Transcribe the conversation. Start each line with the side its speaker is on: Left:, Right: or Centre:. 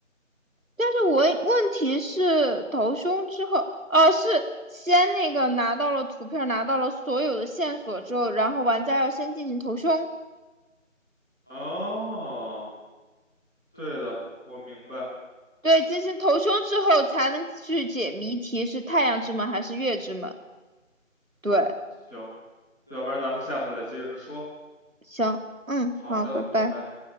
Right: 但是我问题是投凶之后，哦是。先那个拿到了图片，拿到了所有的线索之后，然后玩家要先进行投凶，
Centre: 哦，对的，我明白。
Right: 对，进行投凶之后才能去解谜题，是太阳之门还是月之门？对，
Centre: 行，要不然咱们下次再接着说。
Right: 行，嗯，
Centre: 好的，
Right: 好，拜拜。
Centre: 拜拜。